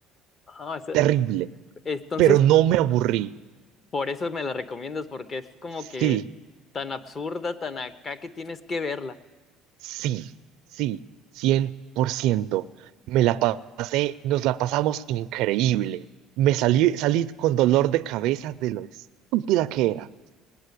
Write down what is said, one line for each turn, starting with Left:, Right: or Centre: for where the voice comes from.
Left: Ah, o sea,
Right: terrible,
Left: es- entonces,
Right: pero no me aburrí,
Left: por eso me la recomiendas, porque es como
Right: sí.
Left: que tan absurda, tan acá que tienes que verla.
Right: Sí, sí, 100%. Me la pasé, nos la pasamos increíble. Me salí, salí con dolor de cabeza de lo estúpida que era.